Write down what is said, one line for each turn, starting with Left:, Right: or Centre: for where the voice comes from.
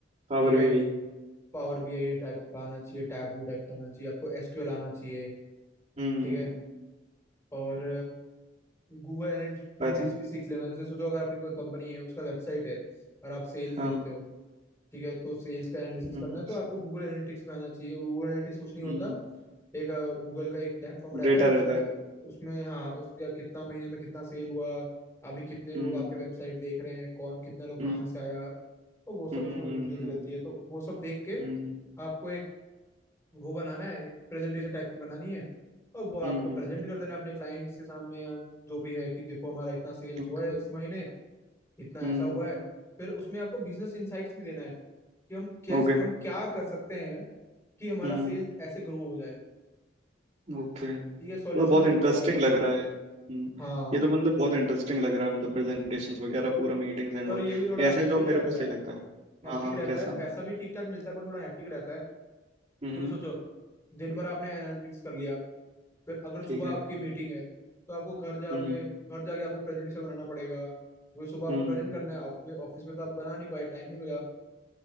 Right: Power
Left: ठीक है
Right: बी आई
Left: पावर बीआई टाइप का आना चाहिए टैबलू टाइप का आना चाहिए आपको एसक्यूएल आना चाहिए
Right: हम्म
Left: ठीक
Right: हम्म
Left: है और गूगल एनालिटिक्स
Right: पाइथन
Left: भी सीख लेना जैसे सोचो अगर आपकी कोई कंपनी है उसका वेबसाइट है और आप सेल्स
Right: हाँ
Left: देखते हो ठीक है तो सेल्स का एनालिसिस
Right: हम्म
Left: करना है तो आपको गूगल एनालिटिक्स में आना चाहिए गूगल एनालिटिक्स कुछ नहीं होता
Right: हम्म
Left: एक गूगल का एक प्लेटफॉर्म रहता
Right: डेटा
Left: है
Right: रहता
Left: उसमें
Right: है
Left: उसमें हाँ उसका कितना महीने में कितना सेल हुआ अभी कितने लोग
Right: हम्म
Left: आपके वेबसाइट देख रहे हैं कौन कितना लोग
Right: हम्म
Left: कहाँ से आया तो वो सब
Right: हम्म
Left: उसमें डिटेल्स
Right: हम्म
Left: रहती है तो वो सब देख के
Right: हम्म
Left: आपको एक वो बनाना है एक प्रेजेंटेशन टाइप की बनानी है और वो आपको
Right: हम्म
Left: प्रेजेंट कर देना है अपने क्लाइंट्स के सामने या जो भी है कि देखो हमारा इतना सेल्स
Right: हम्म
Left: हुआ है
Right: ओके
Left: इस महीने इतना
Right: हम्म
Left: ऐसा हुआ है फिर उसमें आपको बिजनेस इंसाइट्स भी देना है कि हम कैसे
Right: ओके
Left: हम क्या कर सकते हैं कि हमारा
Right: हम्म
Left: सेल्स ऐसे ग्रो हो जाए
Right: हम्म, ओके मतलब
Left: ठीक है सॉल्यूशन
Right: बहुत
Left: भी
Right: इंटरेस्टिंग
Left: प्रोवाइड करना
Right: लग
Left: पड़ेगा
Right: रहा है हम्म
Left: हाँ
Right: ये तो मतलब बहुत इंटरेस्टिंग लग रहा है मतलब प्रेजेंटेशंस वगैरह पूरा मीटिंग्स एंड
Left: पर
Right: ऑल
Left: ये भी थोड़ा
Right: ऐसा
Left: हेक्टिक
Right: जॉब
Left: रहता
Right: मेरे को सही
Left: है
Right: लगता है
Left: हेक्टिक
Right: हाँ हाँ
Left: रहता
Right: कैसा
Left: है पैसा भी ठीक ठाक मिलता है पर थोड़ा हेक्टिक रहता है क्योंकि
Right: हम्म
Left: सोचो दिन भर आपने एनालिटिक्स कर लिया फिर अगर सुबह
Right: ठीक है
Left: आपकी मीटिंग है तो आपको घर जाओगे
Right: हम्म
Left: घर जाके आपको प्रेजेंटेशन बनाना पड़ेगा क्योंकि सुबह आपको
Right: हम्म
Left: प्रेजेंट करना है ऑफिस में ऑफिस में तो आप बना नहीं पाए टाइम नहीं मिला